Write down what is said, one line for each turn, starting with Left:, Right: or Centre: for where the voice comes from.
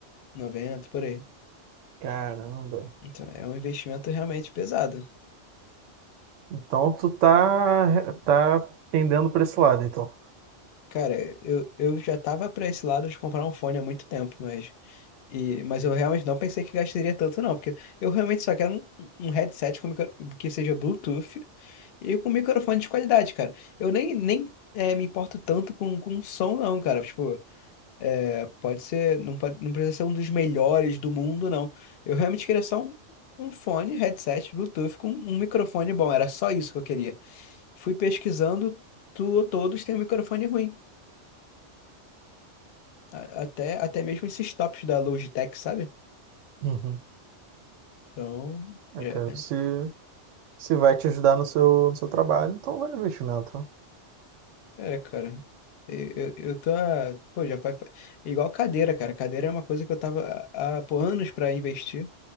Left: noventa por aí.
Right: Caramba.
Left: Então, é um investimento realmente pesado.
Right: Então tu tá, tá pendendo pra esse lado, então.
Left: Cara, eu, eu já tava pra esse lado de comprar um fone há muito tempo, mas E, mas eu realmente não pensei que gastaria tanto, não, porque eu realmente só quero um, um headset com micro- que seja Bluetooth e com microfone de qualidade, cara. Eu nem, nem é, me importo tanto com, com som, não, cara. Tipo, é, pode ser, não pode, não precisa ser um dos melhores do mundo, não. Eu realmente queria só um, um fone, headset, Bluetooth com um microfone bom. Era só isso que eu queria. Fui pesquisando, tu, todos têm um microfone ruim. A- Até, até mesmo esses tops da Logitech, sabe?
Right: Uhum.
Left: Então,
Right: É,
Left: é,
Right: cara, se, se vai te ajudar no seu, no seu trabalho, então vai o investimento, né?
Left: É, cara. Eu, eu, eu tô. há- Pô, já faz. faz- é Igual cadeira, cara. Cadeira é uma coisa que eu tava há, há, pô, anos pra investir,